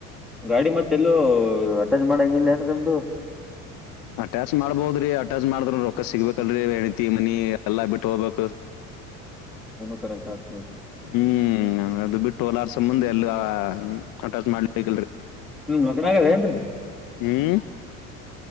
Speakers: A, in the centre; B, on the left.
A: ಗಾಡಿ ಮತ್ತೆಲ್ಲೂ ಅಟ್ಯಾಚ್ ಮಾಡಂಗ ಇಿಲ್ಲೇಏನ್ರಿ ನಿಮ್ದು
B: ಅಟ್ಯಾಚ್ ಮಾಡ್ಬೋದ್ರಿ ಅಟ್ಯಾಚ್ ಮಾಡ್ರ ರೊಕ್ಕ ಸಿಗ್ಬೇಕಲ್ರರಿ ಹೆಂಡತಿ ಮನಿ ಎಲ್ಲಾ ಬಿಟ್ಟ ಹೋಗ್ಬೇಕಕ್ <inaudible>
A: ಏನು ಕರೆಕ್ಟ್ ಆಗ್ತದೆ
B: ಹ್ಮ್ ಅದು ಬಿಟ್ಟು ಹೊಲಾರ್ಸ ಮುಂದೆ ಎಲ್ಲ ಕಾಂಟ್ಯಾಕ್ಟ್ ಮಾಡ್ಲಿಕ್ಕಲ್ರರಿ.
A: ಹ್ಮ್ ಮದ್ವಾಗದ ಏನ್ರೀ.
B: ಹ್ಮ್